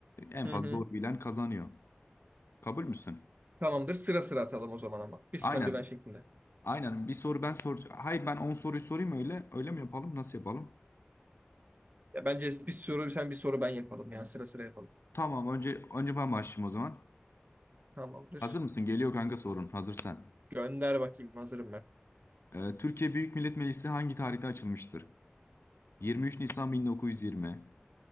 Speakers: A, on the left; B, on the right.
A: En
B: Hı
A: fazla
B: hı.
A: doğru bilen kazanıyor. Kabul müsün?
B: Tamamdır. Sıra sıra atalım o zaman ama. Bir sen
A: Aynen.
B: bir ben şeklinde.
A: Aynen bir soru ben soracağım. Hayır ben 10 soruyu sorayım öyle. Öyle mi yapalım? Nasıl yapalım?
B: Ya bence bir soru sen bir soru ben yapalım ya. Sıra sıra yapalım.
A: Tamam önce önce ben başlayayım o zaman.
B: Tamamdır.
A: Hazır mısın? Geliyor kanka sorun. Hazırsan.
B: Gönder bakayım. Hazırım ben.
A: Ee, Türkiye Büyük Millet Meclisi hangi tarihte açılmıştır? 23 Nisan 1920,